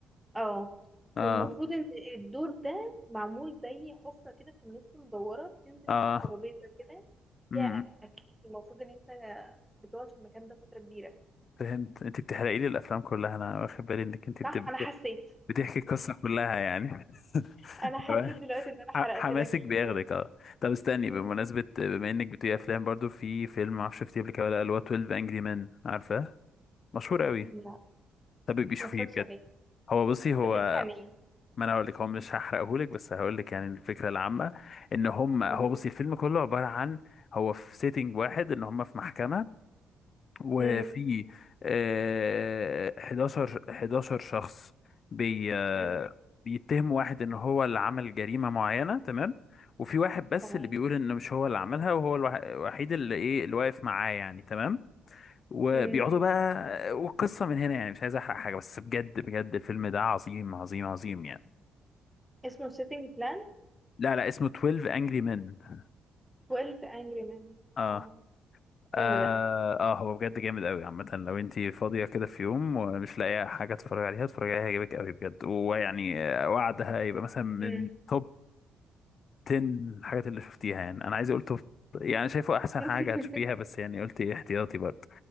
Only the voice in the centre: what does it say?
اه
والمفروض ان الدور ده معمول زي حفرة كده في النص مدورة بتنزل
فيها ترابيزة كده
فيها اكل المفروض ان انت بتقعد في المكان ده فترة كبيرة
صح انا حسيت
انا حسيت
دلوقتي ان انا حرقت
لك
الفيلم
مم.
لا
ما اتفرجتش
عليه
طب بيحكي عن ايه
مم.
مم.
مم.
تمام
مم.
اسمه Setting Plan
12 Angry Men
اه حلو
ده
مم.
<laughs>